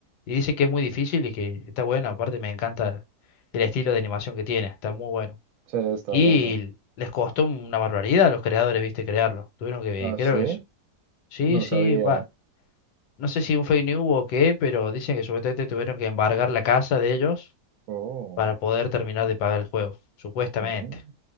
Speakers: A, on the left; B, on the right.
A: Y dice que es muy difícil y que está bueno. Aparte me encanta el estilo de animación que tiene, está muy bueno.
B: Sí, está
A: Y
B: bueno.
A: les costó una barbaridad a los creadores, viste, crearlo. Tuvieron que,
B: Ah,
A: creo
B: sí,
A: que eso. Sí,
B: no
A: sí,
B: sabía.
A: va. No sé si un fake news o qué, pero dicen que supuestamente tuvieron que embargar la casa de ellos
B: Oh,
A: para poder terminar de pagar el juego, supuestamente.
B: ve,